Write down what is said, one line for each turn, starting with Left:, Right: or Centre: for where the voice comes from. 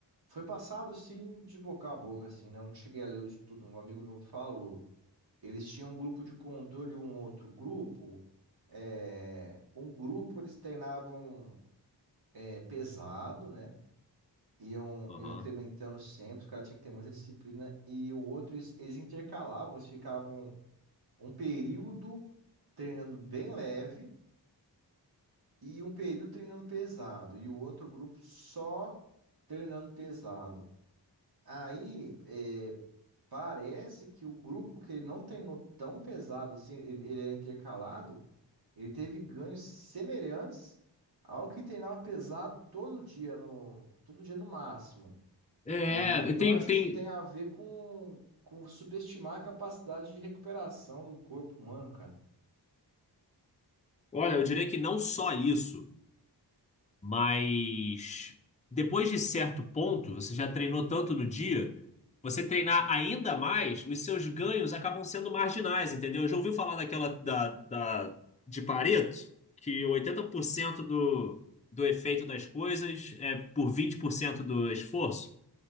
Right: Foi passado assim de boca a boca, assim, né? Eu Não cheguei a ler o estudo, um amigo meu falou. Eles tinham um grupo de controle e um outro grupo. É... Um grupo eles treinavam é, pesado, né? Iam,
Left: Aham.
Right: iam incrementando sempre, os caras tinham que ter muita disciplina. E o outro, eles, eles intercalavam, eles ficavam um período treinando bem leve e um período treinando pesado. E o outro grupo só treinando pesado. Aí, eh, Parece que o grupo que ele não treinou tão pesado assim, ele, ele era intercalado, ele teve ganhos semelhantes ao que treinava pesado todo dia no, todo dia no máximo.
Left: É,
Right: E eu
Left: tem,
Right: acho
Left: tem.
Right: que isso tem a ver com, com subestimar a capacidade de recuperação do corpo humano, cara.
Left: Olha, eu diria que não só isso. Mas depois de certo ponto, você já treinou tanto no dia, você treinar ainda mais, os seus ganhos acabam sendo marginais, entendeu? Já ouviu falar daquela da, da, de Pareto, que 80% do, do efeito das coisas é por 20% do esforço?